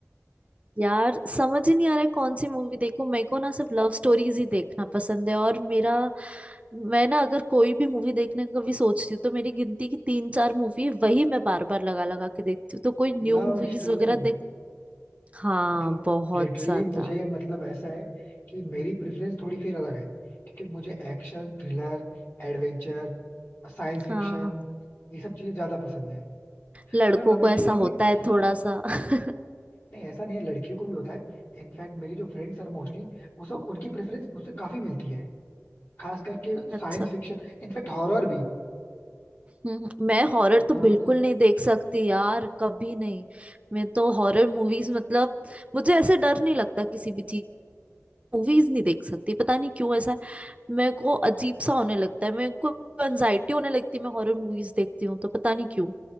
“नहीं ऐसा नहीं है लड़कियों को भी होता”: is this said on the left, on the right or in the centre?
Left